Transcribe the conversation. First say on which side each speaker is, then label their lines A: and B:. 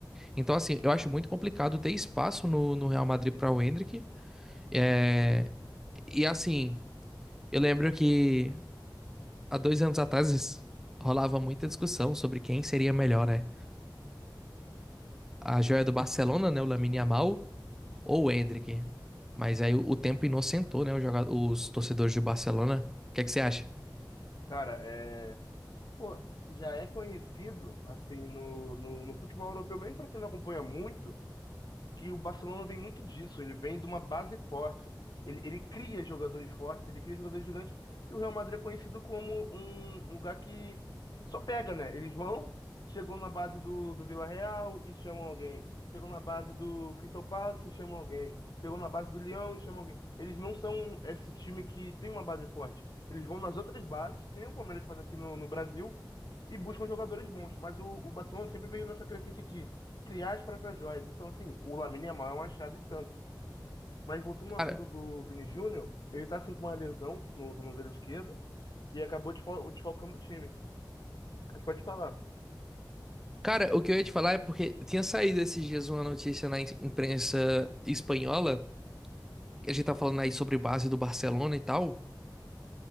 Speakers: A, in the centre; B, on the left.
A: Então, assim, eu acho muito complicado ter espaço no, no Real Madrid para o Endrick. É, e assim, eu lembro que. há dois anos atrás rolava muita discussão sobre quem seria melhor, né? A joia do Barcelona, né? O Lamine Yamal ou o Endrick. Mas aí o, o tempo inocentou, né? Os, joga- os torcedores do Barcelona. O que é que você acha?
B: Cara, é, Pô, já é conhecido, assim, no, no, no futebol europeu, mesmo para quem não acompanha muito, que o Barcelona vem muito disso, ele vem de uma base forte. Ele, ele cria jogadores fortes, ele cria jogadores gigantes, e o Real Madrid é conhecido como um, um lugar que só pega, né? Eles vão, chegou na base do, do Villarreal e chamam alguém. Chegou na base do Crystal Palace e chamam alguém. Chegou na base do Lyon e chamam alguém. Eles não são esse time que tem uma base forte. Eles vão nas outras bases, que nem o Palmeiras faz aqui no, no Brasil, e buscam jogadores bons. Mas o, o Barcelona sempre veio nessa crescente de criar as próprias joias. Então, assim, o Lamine Yamal é um achado e tanto. Mas voltando ao
A: Cara,
B: assunto do Vini Júnior, ele tá assim com uma lesão no tornozelo esquerdo e acabou desfal- desfalcando o time. Mas pode falar.
A: cara, o que eu ia te falar é porque tinha saído esses dias uma notícia na im- imprensa espanhola. que A gente tá falando aí sobre base do Barcelona e tal.